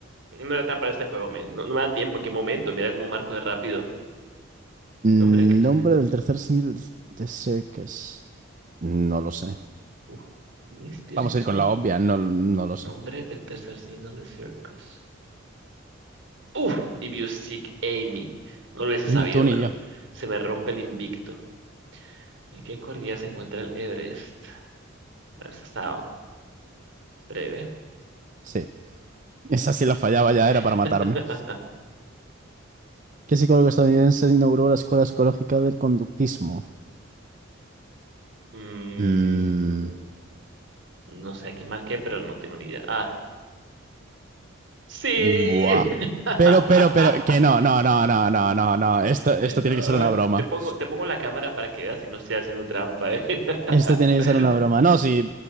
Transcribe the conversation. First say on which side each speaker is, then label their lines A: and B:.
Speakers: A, on the right; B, on the right.
A: mm, No era tan para este juego, men. No, no me da tiempo. ¿En qué momento? Mira cómo marco de rápido.
B: Nombre
A: Nombre del tercer signo.
B: del tercer single de Circus. No lo sé.
A: Uf. ¿Quién es? ¿Pierce
B: Vamos
A: hizo?
B: a ir con la obvia, no, no lo sé.
A: Nombre del tercer signo de Circus. Uf, if you seek Amy. No lo hubiese sabido,
B: Ni tú ni
A: bueno.
B: yo.
A: Se me rompe el invicto. ¿En qué cordillera se encuentra el Everest? Bueno, eso estaba breve.
B: Sí. Esa sí la fallaba ya, era
A: <laughs>
B: para matarme. ¿Qué psicólogo estadounidense inauguró la Escuela Psicológica del Conductismo?
A: Mm,
B: Mm,
A: no sé, aquí marqué, pero no tengo ni idea. Ah, sí.
B: buah.
A: <laughs>
B: Pero, pero, pero, que no, no, no, no, no, no, no. Esto, esto tiene
A: Ay,
B: que ser una broma.
A: te pongo, te pongo la cámara para que veas que no estoy haciendo trampa, ¿eh?
B: Esto tiene que
A: <laughs>
B: ser una broma. No, si